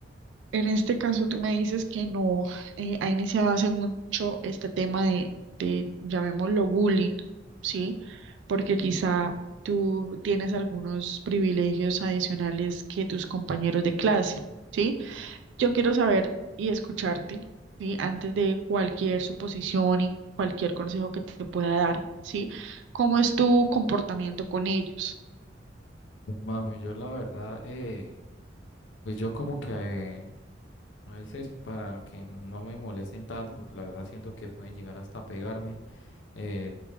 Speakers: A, on the right; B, on the left.
A: En este caso, tú me dices que no eh, ha iniciado hace mucho este tema de, de, llamémoslo bullying, ¿sí? Porque quizá tú tienes algunos privilegios adicionales que tus compañeros de clase, ¿sí? Yo quiero saber y escucharte, ¿sí? Antes de cualquier suposición y cualquier consejo que te pueda dar, ¿sí? ¿Cómo es tu comportamiento con ellos?
B: Mami, yo la verdad, eh, pues yo como que eh, a veces para que no me molesten tanto, porque la verdad siento que pueden llegar hasta pegarme. Eh,